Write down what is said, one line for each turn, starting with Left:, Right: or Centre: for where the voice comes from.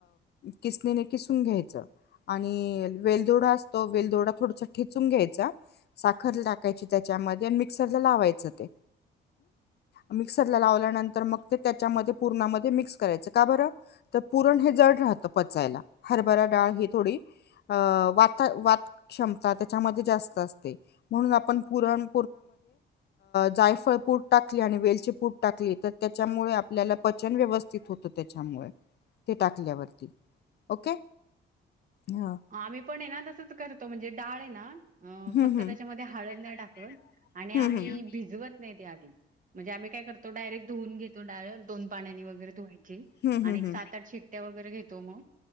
Left: किसणी किसून घ्यायच आणि आणि वेलदोडा असतो वेलदोडा थोडसा ठेचून घ्यायचा साखर टाकायची त्याच्यामध्ये मिक्सरला लावायच ते मिक्सरला लावल्यानंतर मग ते त्याच्यामध्ये पुरणामध्ये मिक्स करायचं का बरं तर पुरण हे जड राहतं पचायला हरभरा डाळ ही थोडी अ वात वातक्षमता त्याच्यामध्ये जास्त असते म्हणून आपण पुरण जायफळ पूट टाकली आणि वेलची पूट टाकली तर त्याच्यामुळे आपल्या पचन व्यवस्थित होत त्याच्यामुळे ते टाकल्यावरती ओके. ह
Right: आम्ही पण आहे ना तसच करतो म्हणजे डाळ आहे ना अ
Left: हम्म
Right: फक्त
Left: हम्म
Right: त्याच्यामध्ये
Left: फक्त
Right: हाळद नाही टाकत आणि आम्ही
Left: हम्म आणि हम्म
Right: भिजवत नाही ते आधी म्हणजे आम्ही काय करतो डायरेट धुवून घेतो दोन पाण्यान वगैरे धुवायची.
Left: हं,
Right: आणि
Left: हं, हं.
Right: सात आठ्या वगैरे घेतो मग